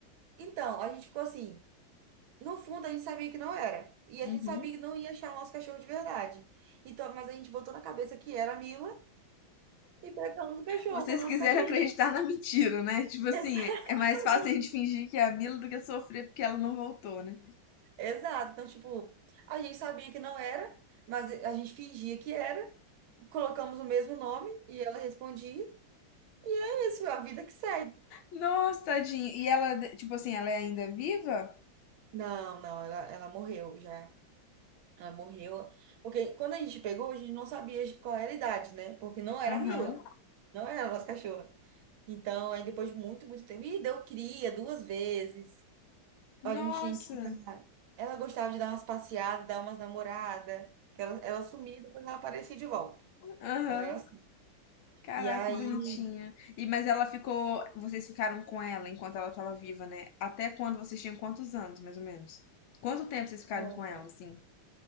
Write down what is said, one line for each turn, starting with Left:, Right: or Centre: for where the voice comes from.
Right: então, a gente ficou assim. No fundo, a gente sabia que não era. E
Left: Uhum.
Right: a gente sabia que não ia achar o nosso cachorro de verdade. Então, mas a gente botou na cabeça que era a Mila e pegamos o cachorro
Left: Vocês
Right: para não
Left: quiserem
Right: ficar triste.
Left: acreditar na mentira, né? Tipo assim,
Right: <laughs>
Left: é mais fácil
Right: Exatamente.
Left: a gente fingir que é a Mila do que sofrer porque ela não voltou, né?
Right: Exato. Então, tipo, a gente sabia que não era, mas a gente fingia que era. Colocamos o mesmo nome e ela respondia. É isso, é a vida que segue.
Left: Nossa, tadinha. E ela, tipo assim, ela é ainda viva?
Right: Não, não, ela, ela morreu já. Ela morreu. Porque quando a gente pegou, a gente não sabia de qual era a idade, né? Porque não era
Left: Aham.
Right: a Mila. Não era a nossa cachorra. Então, aí depois de muito, muito tempo. E deu cria duas vezes.
Left: Nossa.
Right: A gente tinha que ficar. Ela gostava de dar umas passeadas, dar umas namoradas. Que ela, ela sumia e depois ela aparecia de volta.
Left: Aham.
Right: Ela era... assim.
Left: Caraca,
Right: E aí,
Left: que bonitinha. E mas ela ficou, vocês ficaram com ela enquanto ela tava viva, né? Até quando vocês tinham quantos anos, mais ou menos? Quanto tempo vocês ficaram
Right: olha,
Left: com ela, assim?